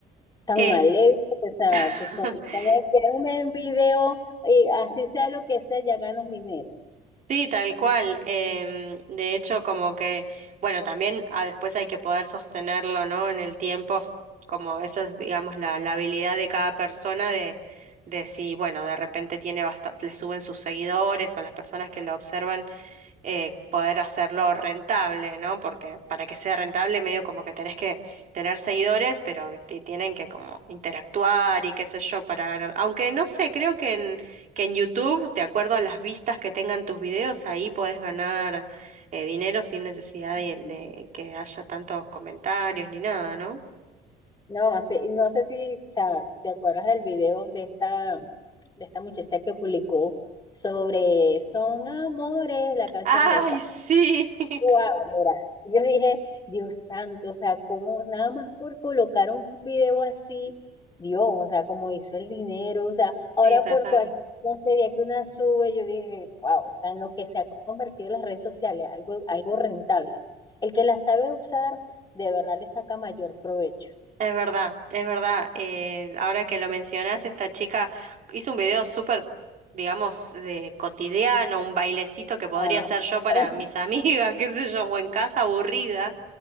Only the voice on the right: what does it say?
Eh,
<laughs>
Sí, tal cual. Em, de hecho, como que, bueno, también ah, después hay que poder sostenerlo, ¿no? En el tiempo, s- como eso es, digamos, la, la habilidad de cada persona de, de si, bueno, de repente tiene bastante, le suben sus seguidores o las personas que lo observan eh, poder hacerlo rentable, ¿no? Porque para que sea rentable, medio como que tenés que tener seguidores, pero que te tienen que como interactuar y qué sé yo para ganar. Aunque no sé, creo que en, que en YouTube, de acuerdo a las vistas que tengan tus videos, ahí podés ganar eh, dinero sin necesidad
de, de que haya tantos comentarios ni nada, ¿no?
Ay,
sí. <laughs>
Sí, total.
Es verdad, es verdad. Eh, ahora que lo mencionas, esta chica hizo un video súper, digamos, de cotidiano, un bailecito que podría
hacer yo para
mis amigas, <laughs> qué sé yo, o en casa aburrida,